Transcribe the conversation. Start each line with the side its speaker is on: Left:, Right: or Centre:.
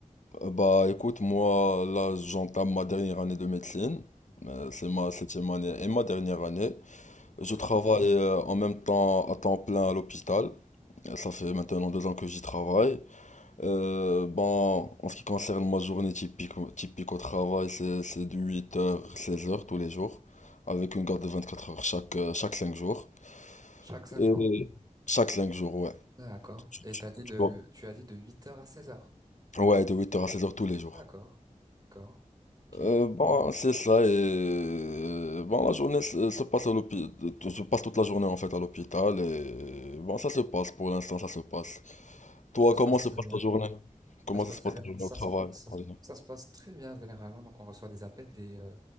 Left: Euh, bah écoute, moi là j'entame ma dernière année de médecine. Euh, c'est ma septième année et ma dernière année.
Right: Cool.
Left: Je travaille euh, en même temps à temps plein à l'hôpital. Euh, Ça fait maintenant deux ans que j'y travaille. Euh, bon, en ce qui concerne ma journée typique, typique au travail, c'est, c'est de huit heures seize heures tous les jours, avec une garde de 24 heures chaque, euh, chaque 5 jours.
Right: Chaque cinq
Left: Et
Right: jours.
Left: chaque 5 jours, ouais.
Right: D'accord.
Left: Tu-
Right: Et
Left: tu-
Right: t'as dit de,
Left: tu vois.
Right: tu as dit de huit heures à seize heures.
Left: Ouais, de huit heures à seize heures tous les jours.
Right: D'accord. D'accord. Ok.
Left: Euh, bon, c'est ça, et euh, bon, la journée se se passe à l'hôpital, je passe toute la journée en fait à l'hôpital, et bon, ça se passe pour l'instant, ça se passe. Toi,
Right: Ça se
Left: comment
Right: passe très
Left: se passe
Right: bien.
Left: ta journée? Comment
Right: Ça se passe
Left: ça se
Right: très
Left: passe
Right: bien.
Left: ta journée
Right: Ça
Left: au travail?
Right: se, pa- ça, se
Left: en
Right: ça se passe très bien généralement. Donc, on reçoit des appels des, euh,